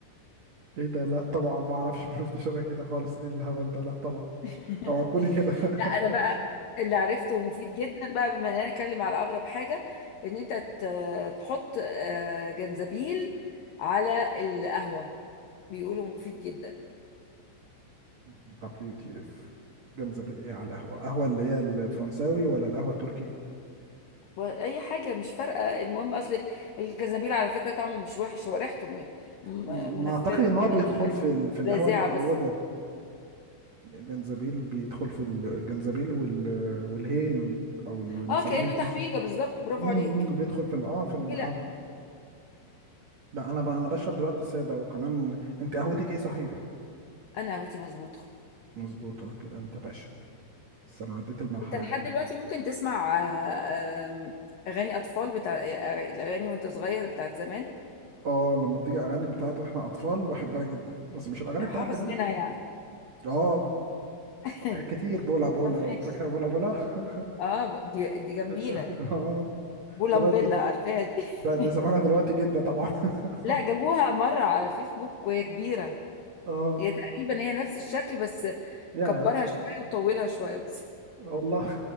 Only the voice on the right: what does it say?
ايه ده لا طبعا ما اعرفش ما شفتش انا كده خالص ايه الهبل ده لا طبعا
او كوني كده
<laughs>
دبليو تي اف جنزبيل ايه على القهوه قهوه اللي هي الفرنساوي ولا القهوه التركي
م- ما
اعتقد ان هو بيدخل
في ال... في القهوه
المحوجه
جنزبيل بيدخل في الجنزبيل وال... والهيل او اللي بنسميه
في
مصر
امم
بيدخل في ال- اه في المحوج
لا انا ب... انا بشرب دلوقتي ساده وكمان انت قهوتك ايه صحيح
مظبوطة كده انت باشا بس انا عديت المرحلة
دي
اه لما بتيجي اغاني بتاعت واحنا اطفال بحبها جدا بس مش الاغاني بتاعت
دلوقتي
يعني
اه
حاجات كتير بولا بولا
وفاكرة بولا بولا <laughs>
اه
زمان ده
ده- دي
زمانها دلوقتي جدا طبعا <laughs>
اه
يا
والله